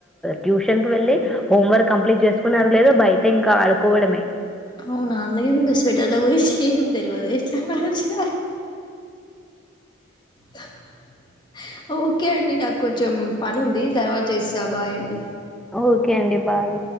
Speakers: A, in the centre; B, on the left.
A: ట్యూషన్ కుి వెళ్ళి హోంవర్క్ కంప్లీట్ చేసుకున్నారు లేదా బయట ఇంకా ఆడుకోవడమే
B: అవునా లేదింగ స్వెటర్ల గురించి ఏం తెలువదు ఎట్లా <unintelligible> హా హా ఓకే అండి నాకు కొంచెం పని ఉంది తర్వాత చేసా బాయ్ అండి
A: ఓకే అండి బాయ్